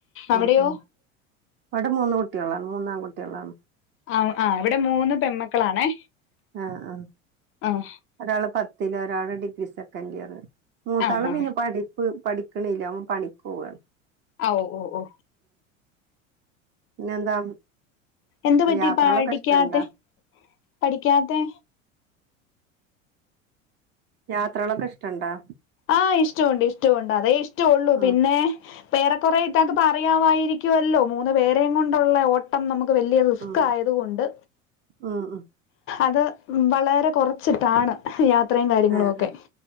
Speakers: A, on the left; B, on the right.
A: അവിടെയോ
B: ആഹ് ആഹ് അവിടെ മൂന്ന് കുട്ട്യാളാണ് മൂന്നാകുട്ട്യാളാണ്.
A: ആഹ് ആഹ് ഇവടെ മൂന്ന് പെമ്മക്കളാണേ
B: ആഹ് ആഹ്
A: ആഹ്
B: ഒരാള് പത്തില്, ഒരാള് ഡിഗ്രി സെക്കൻ്റിയറ് മൂത്താള്
A: ആ ആ
B: പിന്നെ പഠി പ് പഠിക്ക്ണ്ല്ല ഓൻപണിക്കോവാണ്.
A: ആഹ് ഓ ഓ.
B: പിന്നെന്താ
A: എന്ത് പറ്റി
B: യാത്രകളൊക്കെ
A: പാടിക്കാത്തെ?
B: ഇഷ്ടണ്ടാ
A: പഠിക്കാത്തേ
B: യാത്രകളൊക്കെ ഇഷ്ടണ്ടോ?
A: ആഹ് ഇഷ്ട ഒണ്ട് ഇഷ്ടഒണ്ട് അതെ ഇഷ്ട ഒള്ളു
B: ഉം
A: പിന്നെ പേറെ കൊറേ ഇത്താക്ക് പറയാമായിരിക്കുവല്ലോ മൂന്ന് പേർ തേങ്ങുണ്ടെള്ളഓട്ടം നമുക്ക് വല്ല്യ റിസ്ക്
B: ഉം
A: ആയത് കൊണ്ട്.
B: ഉം ഉം
A: അത് വളരെ കൊർച്ച്ട്ടാണ് യാത്രയും കാര്യങ്ങളും
B: ആഹ്
A: ഒക്കെ.